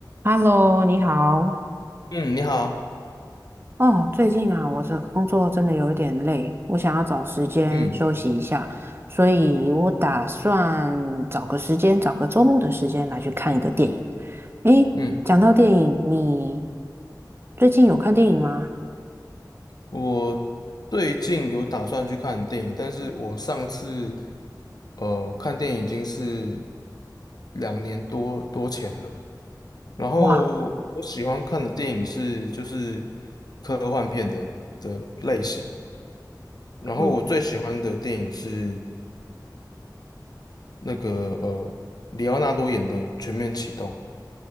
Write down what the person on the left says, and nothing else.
嗯，你好，
嗯
嗯，
我最近有打算去看电影，但是我上次呃看电影已经是两年多多前了。然后我喜欢看的电影是就是
科幻片的的类型，然后我最喜欢的电影是
那个呃里奥纳多演的《全面启动》。